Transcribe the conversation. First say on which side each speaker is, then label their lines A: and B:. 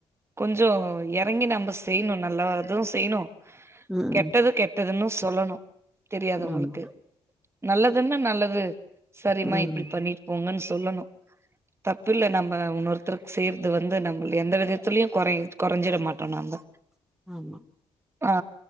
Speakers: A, on the right (about 25°); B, in the centre.
A: கொஞ்ச எறங்கி நம்ம செய்ணு நல்லது செய்ணு
B: ம்
A: கெட்டது
B: ம்
A: கெட் டதுன்னு சொல்லணு தெரியாதவங்களுக்கு
B: ஆமா
A: நல்லதுன்னா நல்லது சரிமா
B: ம்
A: இப்டி பண்ணிட்டு போங்கன்னு சொல்லணு தப்பு இல்ல நம்ம உன்னொருத்தருக்கு செய் இது வந்து நம்மளு எந்த விதத்துலயு கொறை கொறைஞ்சிட மாட்டோ நம்ப
B: ஆமா
A: ஆ